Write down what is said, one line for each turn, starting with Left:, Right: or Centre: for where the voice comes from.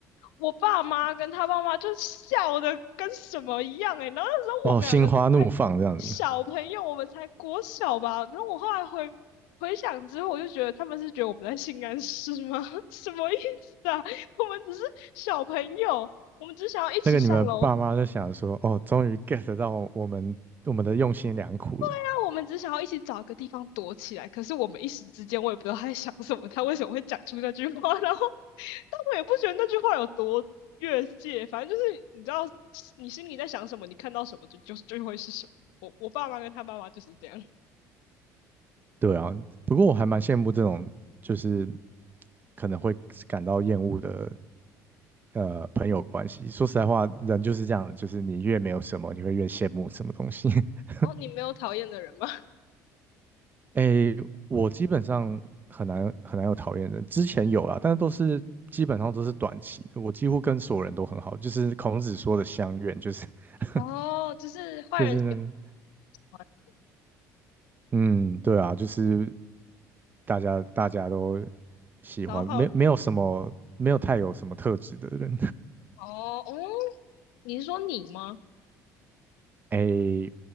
Left: 我爸妈跟他爸妈就笑的跟什么一样哎、欸然后那时候我们两个还小朋友，
Right: 哦，心花怒放这样子，
Left: 我们才国小吧。然后我后来回回想之后，我就觉得他们是觉得我们在性暗示吗？<laughs> 什么意思啊？<laughs> 我们只是小朋友，我们只想要一起上楼
Right: 那个你们爸妈就想说，哦，终于 get 到我们我们的用心良苦了。
Left: 那我们只想要一起找个地方躲起来，可是我们一时之间我也不知道他在想什么，他为什么会讲出那句话，<laughs> 然后但我也不觉得那句话有多越界，反正就是你知道你心里在想什么，你看到什么就就就会是什么。我我爸妈跟他爸妈就是这样。
Right: 对啊，不过我还蛮羡慕这种，就是可能会感到厌恶的呃朋友关系。说实在话，人就是这样，就是你越没有什么，你会越羡慕什么东西。<laughs>
Left: 然后你没有讨厌的人吗？
Right: 诶，我基本上很难很难有讨厌人，之前有啦，但是都是基本上都是短期的。我几乎跟所有人都很好，就是孔子说的相怨，就是 <laughs>
Left: <laughs> 哦，就是坏人喜
Right: 就是那个
Left: 欢好
Right: 嗯，对啊，就是大家大家都喜欢，
Left: 然后好人
Right: 没没有什么没有太有什么特质的人，
Left: 哦哦，你是说你吗？
Right: <laughs> 诶，